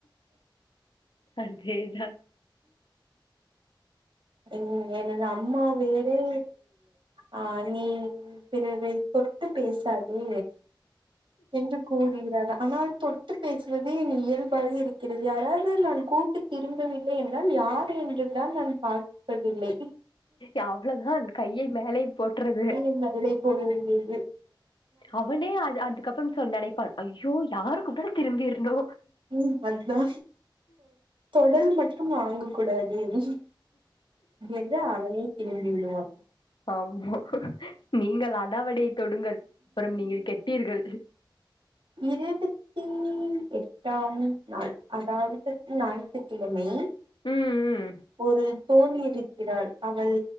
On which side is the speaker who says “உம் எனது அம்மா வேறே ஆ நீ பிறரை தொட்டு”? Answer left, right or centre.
Right